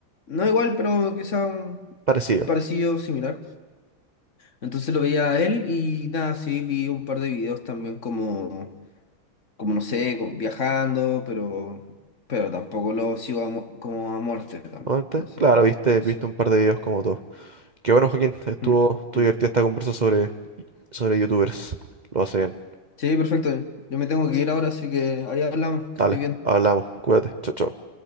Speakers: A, on the left (about 40°); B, on the right (about 60°).
A: no igual, pero quizá un
B: parecido.
A: parecido, similar. Entonces lo veía a él y nada, sí, vi un par de videos también como, como no sé, con- viajando, pero, pero tampoco lo sigo a mu- como a muerte también.
B: Obviamente,
A: Entonces,
B: Claro, viste,
A: pero sí.
B: viste un par de videos como todos. Qué bueno, Joaquín, estuvo,
A: Mm,
B: estuvo
A: mm.
B: divertida esta conversa sobre, sobre youtubers. Lo hace bien.
A: Sí, perfecto. Yo me tengo que ir ahora, así que ahí hablamos, que
B: Dale,
A: esté bien.
B: hablamos, cuídate, chao, chao.